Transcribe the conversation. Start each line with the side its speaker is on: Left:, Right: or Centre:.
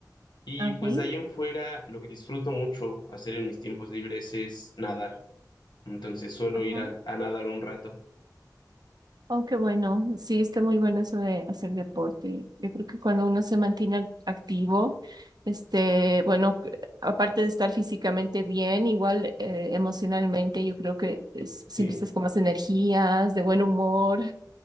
Left: Y
Right: Ok.
Left: pues de ahí en fuera, lo que disfruto mucho hacer en mis tiempos libres es nadar. Entonces suelo
Right: Ajá.
Left: ir a, a nadar un rato.
Right: Oh, qué bueno. Sí, está muy bueno eso de hacer deporte. Yo creo que cuando uno se mantiene ac- activo, este, bueno, c- aparte de estar físicamente bien, igual eh, emocionalmente, yo creo que es- siempre
Left: Sí.
Right: estás con más energías, de buen humor,